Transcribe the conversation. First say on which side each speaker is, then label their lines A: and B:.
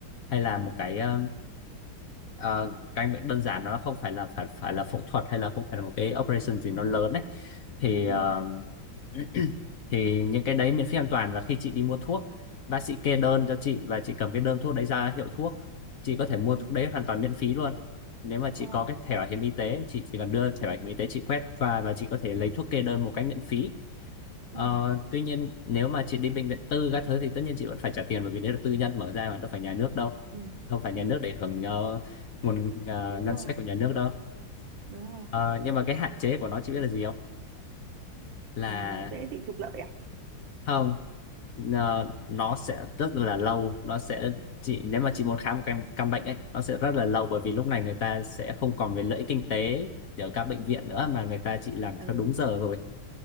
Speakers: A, on the left; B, on the right.
A: hay là một cái ờ, ờ, căn bệnh đơn giản nó không phải là phải phải là phẫu thuật hay là không phải là một cái operation gì nó lớn đấy thì
B: ừ
A: ờ, <clears throat> thì những cái đấy miễn phí hoàn toàn và khi chị đi mua thuốc bác sĩ kê đơn cho chị và chị cầm cái đơn thuốc đấy ra hiệu thuốc chị có thể mua
B: ừ
A: thuốc đấy hoàn toàn miễn phí luôn nếu mà chị
B: ờ
A: có cái thẻ bảo hiểm y tế chị chỉ cần đưa thẻ
B: ừ
A: bảo hiểm y tế chị quét và và chị có thể lấy thuốc kê đơn một cách miễn phí
B: ừ
A: Ờ, tuy nhiên nếu mà chị đi bệnh viện tư các thứ thì tất nhiên chị vẫn phải trả tiền bởi vì đấy là tư nhân mở ra mà đâu phải nhà nước đâu
B: ừ
A: đâu phải
B: ừ
A: nhà nước để hưởng ờ, nguồn ờ,
B: đúng
A: ngân
B: rồi
A: sách của nhà nước đâu
B: đúng rồi
A: Ờ, nhưng mà cái hạn chế của nó chị biết là gì không là
B: Ờ, dễ bị trục lợi à
A: không nó, nó sẽ rất là lâu nó sẽ chị nếu mà chị muốn khám một căn, căn bệnh ấy nó sẽ rất là lâu bởi vì lúc này người ta sẽ không còn về lợi ích kinh tế ở các bệnh viện nữa mà người ta chỉ làm
B: ừ
A: theo đúng giờ rồi